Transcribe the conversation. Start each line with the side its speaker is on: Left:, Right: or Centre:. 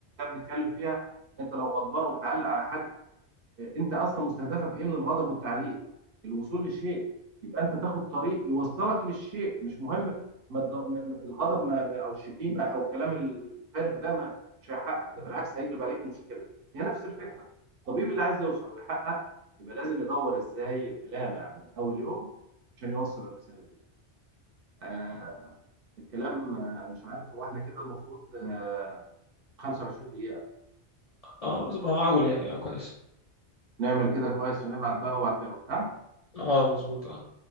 Right: بنتكلم فيها أنت لو غضبان وبتعلق على حد انت اصلا مستهدفك ايه من الغضب والتعليق الوصول لشيء يبقى انت تاخد طريق يوصلك للشيء مش مهم ما الض- ما- ما- الغضب ما ما- او الشتيمه او الكلام الفارغ ده ما مش هيحقق ده بالعكس هيجلب عليك مشكله هي نفس الفكره الطبيب اللي عايز يوصل ويحقق يبقى لازم يدور ازاي يبقى لامع من اول يوم عشان يوصل الرساله دي آه الكلام آه، مش عارف هو احنا كده المفروض آه 25 دقيقه
Left: آه، ما اقول يعني اه كويس
Right: نعمل كده كويس ونبعت بقى وبتاع
Left: اه مظبوط اه